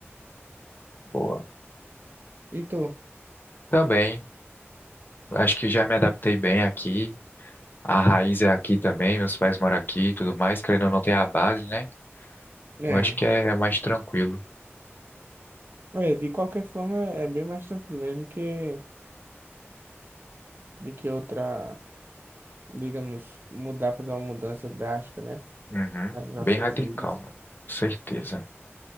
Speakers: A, on the left (about 45°); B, on the right (about 50°).
A: Boa.
B: E tu?
A: Também. Acho que já me adaptei bem aqui. A raiz é aqui também, meus pais moram aqui e tudo mais. Querendo ou não, tem a base, né?
B: É.
A: Eu acho que é mais tranquilo.
B: É, de qualquer forma, é bem mais tranquilo mesmo do que, do que outra, digamos, mudar, fazer uma mudança drástica, né?
A: Uhum.
B: Nas nossas
A: Bem radical,
B: vidas.
A: mano. Com certeza.